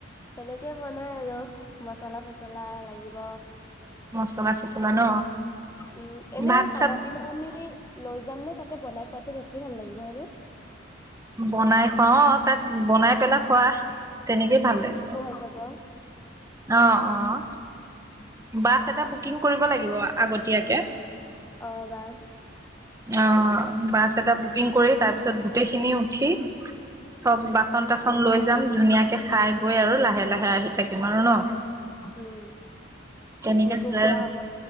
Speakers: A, on the left; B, on the right.
A: সেনেকে মন নাই আৰু মচলা চচলা লাগিব।
B: মচলা চচলা ন
A: উম এনেই
B: ভাত
A: খানা
B: চাত
A: পিনা আমি লৈ যাম নে? তাতে বনাই খোৱাতটো বেছি ভাল লাগিব হয়নে ।
B: বনাই খুৱা তাক বনাই পেলাই খোৱা তেনেকেই ভাল
A: পিকনিকো
B: লাগিব।
A: হৈ যাব
B: অৱ অৱ বাছ এটা বুকিং কৰিব লাগিব আগতীয়াকে,
A: অ বাছ
B: অৱ অৱ, বাছ এটা বুকিং কৰি তাৰপিছত গোটেইখিনি উঠি চব
A: উম
B: বাচন তাচন লৈ যাম ধুনীয়াকে খাই বৈ আৰু লাহে লাহে আহি থাকিম। তোমাৰো ন,
A: উম
B: কেনেকে
A: পিকনিকো
B: যে
A: খোৱা হ'ব